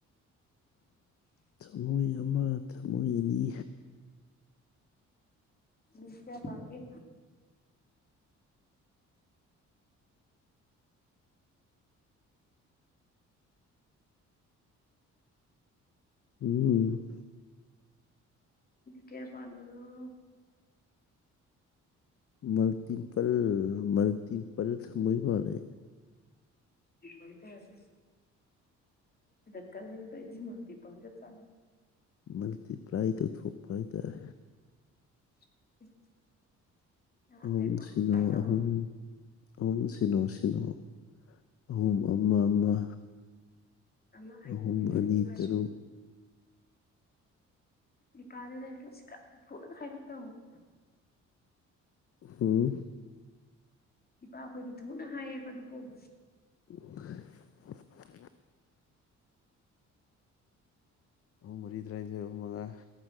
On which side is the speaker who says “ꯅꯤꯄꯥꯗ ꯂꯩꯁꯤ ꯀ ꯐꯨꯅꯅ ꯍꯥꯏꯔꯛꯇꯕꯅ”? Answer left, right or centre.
Left